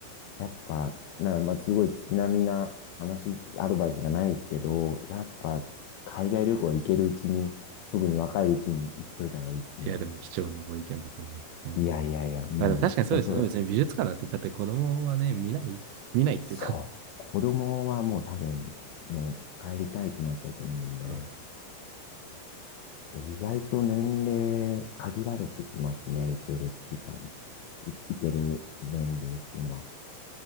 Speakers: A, on the left; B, on the right.
A: やっぱ、な、まあ、すごい月並みな話、アドバイスじゃないですけど、やっぱ、海外旅行は行けるうちに、特に若いうちに行っといた方がいいですね。
B: いや、でも貴重なご意見だと思います。本当に
A: いやいやいや、もう、
B: まあでも確かにそうですよね。
A: 恐れ、
B: 別に美術館なんて言ったって子供はね、見ない、見ないっていうか。
A: そう。子供はもう多分、もう帰りたいってなっちゃうと思うんで、
B: うん。
A: 意外と年齢限られてきますね、行ける時間、い行ける年齢っていうのは。